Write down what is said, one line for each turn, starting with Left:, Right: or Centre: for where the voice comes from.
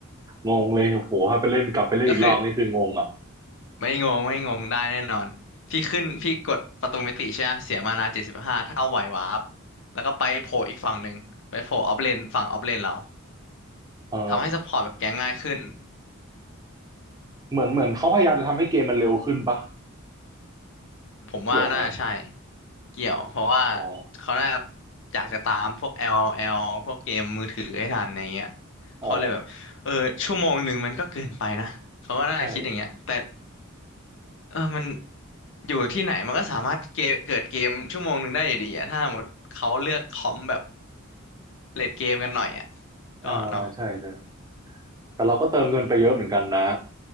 Right: งงเลยโอ้โหถ้าไปเล่นกลับไปเล่นอีกรอบนี่คืองงอ่ะ
Left: ก็คือ ไม่งงไม่งงได้แน่นอนพี่ขึ้นพี่กดประตูมิติใช่ไหมเสียมานาเจ็ดสิบห้าเท่าไหววาร์ปแล้วก็ไปโผล่อีกฝั่งหนึ่งไปโผล่ออฟเลนฝั่งออฟเลนเรา
Right: เอ่า
Left: ทำให้ซัพพอร์ตแบบแก๊งง่ายขึ้น
Right: เหมือนเหมือนเขาพยายามจะทำให้เกมมันเร็วขึ้นปะ
Left: ผมว่าน่าใช่
Right: เกี่ยวไหม
Left: เกี่ยวเพราะว่า
Right: อ๋อ
Left: เขาน่าอยากจะตามพวก l อ l พวกเกมมือถือให้ทันอย่างเงี้ยเขาเลยแบบเออชั่วโมงหนึ่งมันก็เกินไปนะเขาก็น่าคิดอย่างเงี้ยแต่
Right: อ๋อใช่
Left: เออมันอยู่ที่ไหนมันก็สามารถเกมเกิดเกมชั่วโมงหนึ่งได้อยู่ดีอะถ้าสมมติเขาเลือกคอมแบบเลดเกมกันหน่อยอ่ะก็เนาะ
Right: อ่าใช่ใช่แต่เราก็เติมเงินไปเยอะเหมือนกันนะ